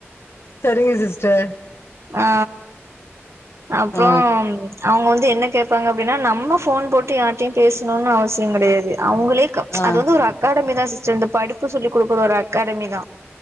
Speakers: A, on the left (about 65°); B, on the right (about 75°).
A: சரிங்க சிஸ்டர்
B: ஆ அப்புறோ
A: ஆ
B: அவுங்க வந்து என்ன கேப்பாங்க அப்டின்னா நம்ம ஃபோன் போட்டு யார்ட்டயு பேசணுனு அவசிய கெடையாது அவுங்களே
A: ஆ
B: அது வந்து ஒரு அகாடமி தா சிஸ்டர் இந்த படிப்பு சொல்லி குடுக்குற ஒரு அகாடமி தா